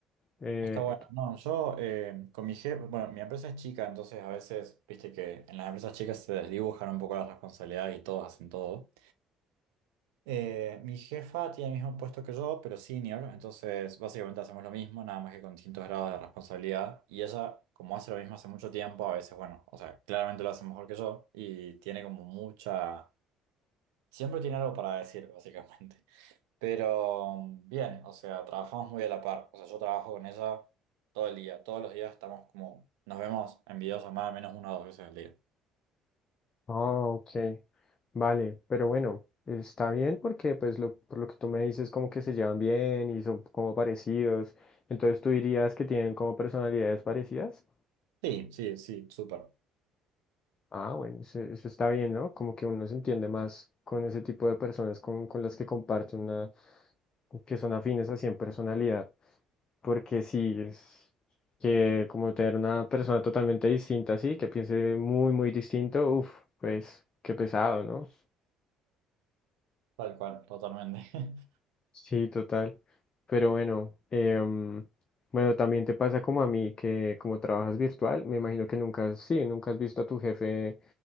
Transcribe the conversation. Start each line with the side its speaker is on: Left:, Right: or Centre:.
Left: Eh,
Right: Está bueno. No, yo eh, con mi jefe, bueno, mi empresa es chica, entonces a veces, viste que en las empresas chicas se desdibujan un poco las responsabilidades y todos hacen todo. Eh, mi jefa tiene el mismo puesto que yo, pero senior, entonces básicamente hacemos lo mismo, nada más que con distintos grados de responsabilidad. Y ella, como hace lo mismo hace mucho tiempo, a veces, bueno, o sea, claramente lo hace mejor que yo y tiene como mucha Siempre tiene algo para decir, básicamente. <laughs> Pero mm, bien, o sea, trabajamos muy a la par. O sea, yo trabajo con ella todo el día. Todos los días estamos como, nos vemos en videollamada al menos una o dos veces al día.
Left: oh, ok, vale, pero bueno, está bien porque pues lo, por lo que tú me dices como que se llevan bien y son como parecidos, entonces tú dirías que tienen como personalidades parecidas.
Right: Sí, sí, sí, súper.
Left: Ah, bueno, eso, eso está bien, ¿no? Como que uno se entiende más con ese tipo de personas con, con las que comparte una que son afines así en personalidad, porque sí, es que como tener una persona totalmente distinta, así, que piense muy, muy distinto, uff, pues qué pesado, ¿no?
Right: Tal cual, totalmente. <laughs>
Left: Sí, total. Pero bueno, em, bueno, también te pasa como a mí, que como trabajas virtual, me imagino que nunca, has- sí, nunca has visto a tu jefe,